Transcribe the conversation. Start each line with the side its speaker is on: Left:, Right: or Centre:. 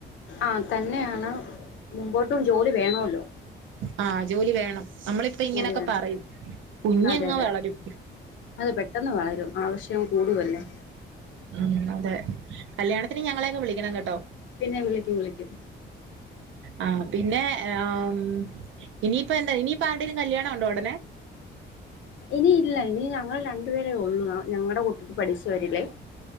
Left: ആഹ് തന്നെയാണ് മുമ്പോട്ടും ജോലി വേണൊല്ലോ.
Right: ആഹ് ജോലി വേണം നമ്മളിപ്പ ഇങ്ങനൊക്കെ
Left: ജോലി വേണം
Right: പറയും കുഞ്ഞങ്ങ്
Left: അതെ
Right: വളരും
Left: അതെ പെട്ടെന്ന് വളരും ആവശ്യം കൂടുവല്ലേ
Right: ഉം അതെ കല്യാണത്തിന് ഞങ്ങളെയൊക്കെ വിളിക്കണം കേട്ടോ
Left: പിന്നെ വിളിക്കും വിളിക്കും
Right: ആഹ് പിന്നെ ആഹ് ഇനിയിപ്പ എന്താ ഇനിയിപ്പ ആരുടെലും കല്യാണം ഉണ്ടോ ഉടനെ
Left: ഇനിയില്ല ഇനി ഞങ്ങൾ രണ്ടുപേരേ ഉള്ളൂ ഞങ്ങളുടെ കൂട്ടത്തി പഠിച്ച വരിലേ